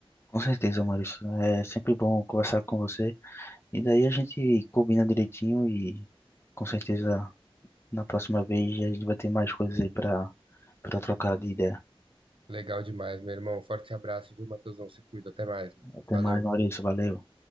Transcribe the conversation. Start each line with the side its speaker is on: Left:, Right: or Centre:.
Left: Com certeza, Maurício. É sempre bom conversar com você. E daí a gente combina direitinho e com certeza na próxima vez a gente vai ter mais coisas aí para para trocar de ideia.
Right: Legal demais, meu irmão. Forte abraço, viu, Matheusão? Se cuida. Até mais, mano.
Left: Até
Right: Valeu.
Left: mais, Maurício. Valeu.